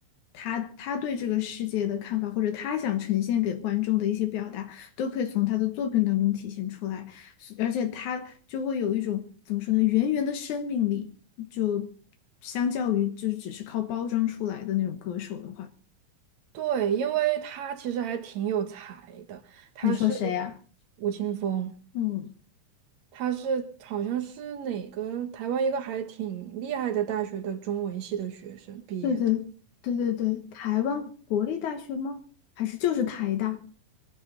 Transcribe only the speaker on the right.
对，因为他其实还挺有才的，他是
吴青峰，
他是好像是哪个台湾一个还挺厉害的大学的中文系的学生毕业的，